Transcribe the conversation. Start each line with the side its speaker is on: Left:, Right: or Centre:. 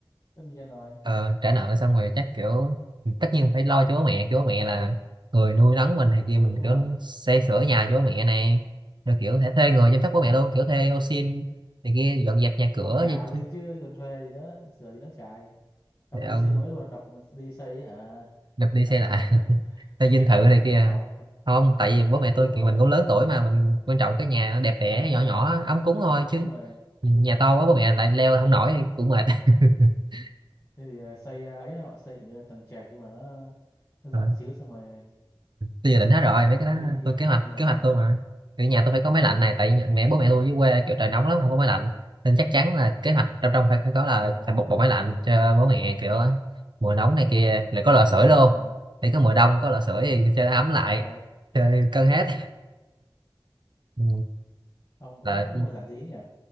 Left: tất nhiên rồi
Right: ờ, trả nợ xong rồi chắc kiểu tất nhiên phải lo cho bố mẹ chứ bố mẹ là người nuôi nấng mình thì kia
Left: ừ
Right: mình
Left: đúng rồi
Right: kiểu xây sửa nhà cho bố mẹ này rồi kiểu thể thuê người chăm sóc bố
Left: ừ.
Right: mẹ luôn kiểu thuê ô sin này kia dọn dẹp nhà
Left: mua
Right: cửa
Left: nhà
Right: gì
Left: luôn
Right: chứ.
Left: chứ còn thuê gì đó sửa gì đó chạy đập
Right: để
Left: đi
Right: ông
Left: xây mới luôn đập mà đi xây hả
Right: đập đi
Left: à,
Right: xây lại <laughs>
Left: <laughs>
Right: thuê
Left: xây
Right: dinh
Left: tám
Right: thự
Left: chục
Right: này
Left: cái
Right: kia
Left: tầng lầu
Right: không tại vì bố mẹ
Left: ừ
Right: tôi
Left: đúng rồi
Right: kiểu mình cũng lớn tuổi mà mình quan trọng cái nhà nó đẹp đẽ
Left: à
Right: nhỏ
Left: đúng
Right: nhỏ
Left: rồi
Right: ấm cúng
Left: thích
Right: thôi chứ
Left: đúng rồi
Right: nhà to quá bố mẹ lại leo không nổi thì cũng mệt <laughs>
Left: thế thì à, xây à, ấy họ xây kiểu như là tầng trệt nhưng mà nó nó rộng
Right: Ừ.
Left: xíu xong rồi
Right: tôi dự định hết
Left: sắm
Right: rồi
Left: sửa
Right: mấy
Left: tiện
Right: cái đó
Left: nghi này kia
Right: tôi kế hoạch
Left: nhiều
Right: kế
Left: vào
Right: hoạch tôi mà kiểu nhà tôi phải có máy lạnh này tại mẹ bố mẹ tôi dưới quê kiểu trời nóng lắm không có máy lạnh nên chắc chắn là kế hoạch trong trong phải phải có là
Left: ồ
Right: phải một bộ máy lạnh cho bố mẹ kiểu mùa nóng này kia lại có lò sưởi
Left: ừ
Right: luôn
Left: đúng rồi
Right: để có mùa đông có lò sưởi thì cho nó ấm lại
Left: ghê vậy
Right: chơi cân hết ừ.
Left: ông cũng
Right: là
Left: ước mơ giản dĩ nhỉ